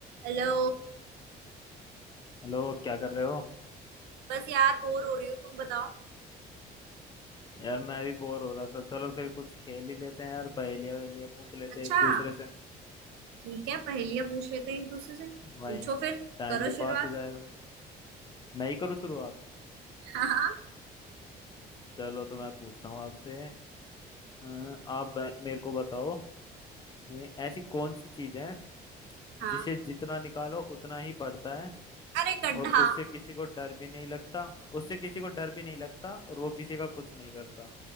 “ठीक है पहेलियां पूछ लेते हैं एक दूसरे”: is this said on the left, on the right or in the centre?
Right